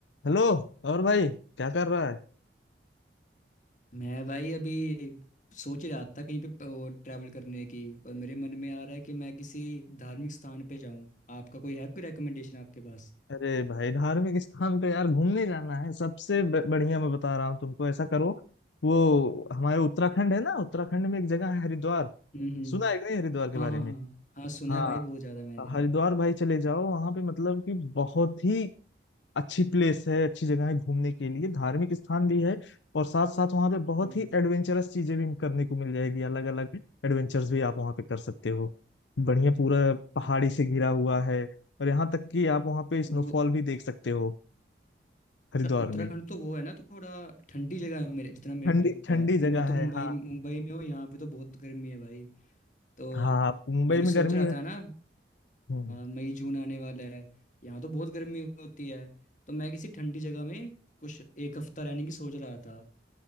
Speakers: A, on the left (about 85°); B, on the left (about 45°).
A: हेलो और भाई क्या कर रहा है
B: मैं भाई अभी सोच रहा था कहीं पे ट्रैवल करने की और मेरे मन में आ रहा है कि मैं किसी धार्मिक स्थान पे जाऊं आपका कोई है कोई रिकमेंडेशन आपके पास
A: अरे भाई धार्मिक स्थान पे यार घूमने जाना है सबसे ब- बढ़िया मैं बता रहा हूँ तुमको ऐसा करो वो हमारे उत्तराखंड है ना उत्तराखंड में एक जगह है हरिद्वार
B: हम्म हम्म,
A: सुना है कि नहीं हरिद्वार के
B: हाँ
A: बारे
B: हाँ
A: में
B: हाँ हाँ सुना
A: हाँ
B: है भाई बहुत ज़्यादा मैंने
A: हरिद्वार भाई चले जाओ वहां पे मतलब कि बहुत ही अच्छी प्लेस है अच्छी जगह है घूमने के लिए धार्मिक स्थान भी है और साथ साथ वहाँ पे बहुत
B: हम्म
A: ही एडवेंचरस चीजें भी करने को मिल जाएगी अलग अलग एडवेंचर्स भी आप वहाँ पे कर सकते हो बढ़िया पूरा पहाड़ी से घिरा हुआ है और यहाँ तक कि आप वहाँ पे स्नोफॉल
B: वो
A: भी देख सकते हो हरिद्वार
B: अच्छा, उत्तराखंड
A: में
B: तो वो है ना थोड़ा ठंडी जगह है मेरे जितना मेरे
A: ठंडी
B: को लगता
A: ठंडी
B: है कि
A: जगह
B: मैं तो मुंबई
A: है हाँ
B: मुंबई में हूँ यहाँ पे तो बहुत गर्मी है भाई तो
A: हाँ मुंबई
B: मैं भी
A: में
B: सोच
A: गर्मी
B: रहा
A: है
B: था ना
A: हम्म
B: हाँ मई जून आने वाला है यहाँ तो बहुत गर्मी होती है तो मैं किसी ठंडी जगह में कुछ एक हफ्ता रहने की सोच रहा था